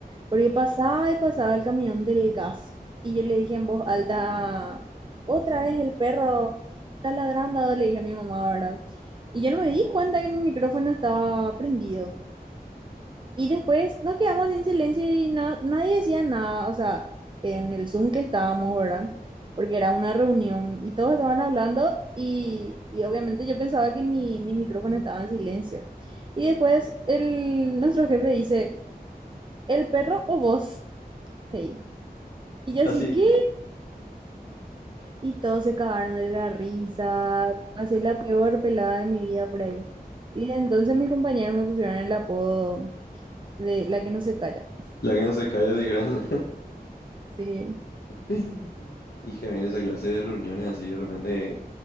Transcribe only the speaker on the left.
Así,
¿no?
la que no se calla de gran.
<laughs> Hija, viene esa clase de reuniones así de repente